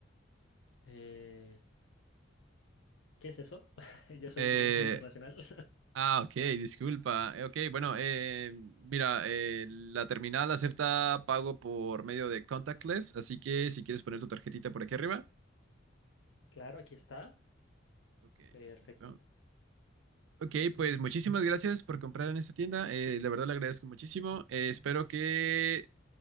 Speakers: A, on the left; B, on the right.
A: Eh, ¿qué es eso? <laughs> Yo soy
B: Eh,
A: cliente internacional. <laughs>
B: Ah, ok, disculpa. Eh, Ok, bueno, eh, mira, eh, la terminal acepta pago por medio de contactless, así que si quieres poner tu tarjetita por aquí arriba.
A: Claro, aquí está.
B: Ok,
A: Perfecto.
B: perfecto. Ok, pues muchísimas gracias por comprar en esta tienda. eh, la verdad le agradezco muchísimo. Eh, espero que